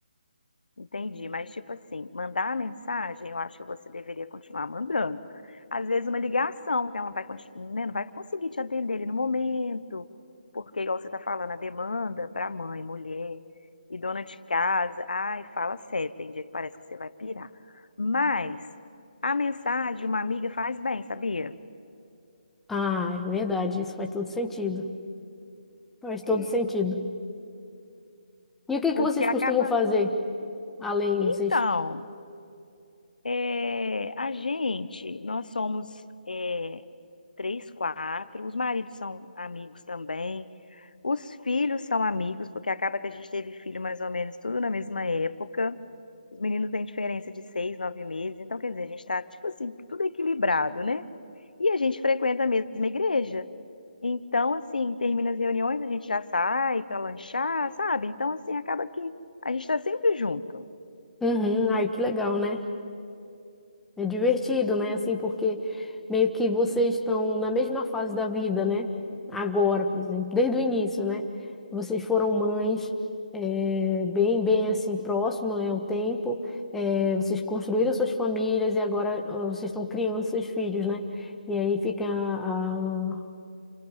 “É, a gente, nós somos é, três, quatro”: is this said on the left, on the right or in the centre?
Left